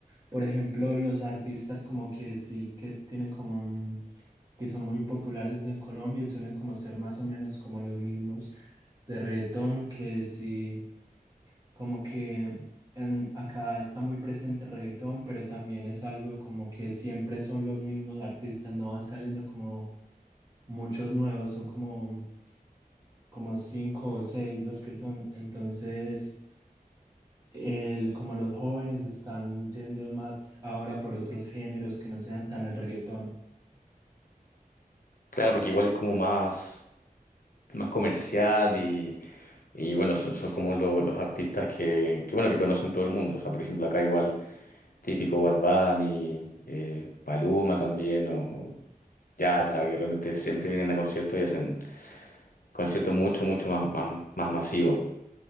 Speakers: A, on the right; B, on the left.
A: Por ejemplo, los artistas como que sí que tienen como un- que son muy populares en Colombia y suelen como ser más o menos como los mismos de reggaetón, que sí, como que en- acá está muy presente reggaetón, pero también es algo como que siempre son los mismos artistas, no van saliendo como muchos nuevos, son como como cinco o seis los que son. Entonces, el, como los jóvenes están yendo más ahora por otros géneros que no sean tan el reggaetón.
B: Claro, porque igual es como más, más comercial y, y bueno, son, son como lo- los artistas que, que, bueno, que conocen todo el mundo. O sea, por ejemplo, acá igual típico Bad Bunny, eh, Maluma también o Yatra, que realmente siempre vienen a conciertos y hacen conciertos mucho, mucho más, más, más masivos.